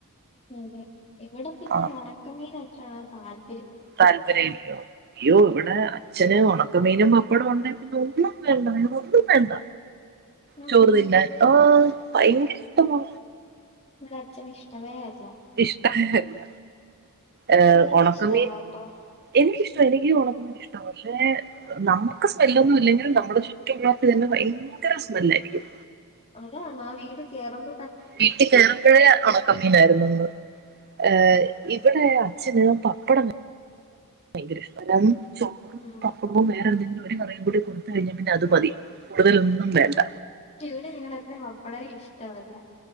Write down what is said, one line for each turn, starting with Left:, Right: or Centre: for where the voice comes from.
Left: അതെ ഇവിടെ പിന്നെ
Right: ആഹ്
Left: ഒണക്കമീനത്ര താല്
Right: താല്പര്യം ഇല്ലയോ യ്യോ വടെ. ച്ഛന് ഒണക്കമീനും പപ്പടം ഉണ്ടെ പിന്നെ ഒന്നും വേണ്ട വേറെ ഒന്നും വേണ്ട.
Left: ആണോ
Right: ചോറ് തിന്നാൻ ഓ ഭയങ്കര ഇഷ്ടമാ.
Left: വടച്ഛന് ഇഷ്ടവേ അല്ല.
Right: ഇഷ്ടായല്ല ഏഹ്
Left: പക്ഷെ എനിക്ക്
Right: ഒണക്കമീൻ.
Left: ഇഷ്ടമാട്ടോ
Right: എനിക്കിഷ്ടവ എനിക്ക് ഈ ഒണക്കമീൻ ഇഷ്ട പക്ഷെ. നമുക്ക് സ്മെല്ലൊന്നു ഇല്ലെങ്കിലും നമ്മുടെ ചുറ്റു മുള്ളോട്ത്ത് തന്നെ ഭയങ്കര സ്മെല്ലായിരിക്കും.
Left: അതാണാ വീട് കേറുമ്പ
Right: വീട്ട് കേറുമ്പഴേ ഒണ ണക്കമീനായിരുന്നു ഇന്ന് ഏഹ് ഇവിടെ അച്ഛന് പപ്പടം ഭയങ്കര ഇഷ്ട്ടാ രണ് ചോറും
Left: ഉം.
Right: പപ്പടവും വേറെ എന്തെങ്കിലും ഒരു കറിയും കൂടി കൊടുത്ത കഴിഞ്ഞാ പിന്നെ അത് മതി കൂടുതലൊന്നും വേണ്ട.
Left: ഇവിടെ ഞങ്ങളച്ചന് പപ്പടം ഇഷ്ടമല്ല.